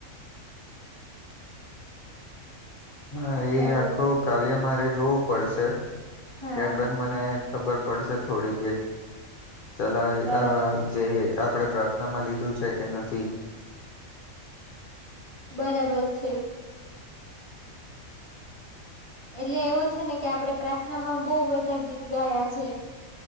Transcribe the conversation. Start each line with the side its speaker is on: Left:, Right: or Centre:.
Left: હા એ
Right: હેલો
Left: આખું કાવ્ય મારે જોવું પડશે
Right: હા
Left: ત્યારબાદ મને ખબર પડશે થોડી <unintelligible> ચલાવી
Right: બરાબર
Left: <unintelligible> જે આપડે પ્રાર્થનામાં લીધું છે કે નથી?
Right: બરાબર છે. એટલે એવું છે ને કે આપડે પ્રાર્થનામાં બહુ બધા ગીત ગાયા છે.